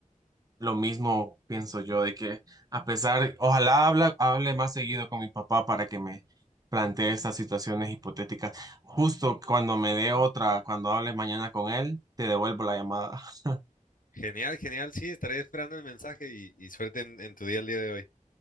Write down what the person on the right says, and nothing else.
Lo mismo pienso yo de que a pesar, ojalá habla, hable más seguido con mi papá para que me plantee estas situaciones hipotéticas. Justo cuando me dé otra, cuando hable mañana con él, te devuelvo la llamada. <laughs>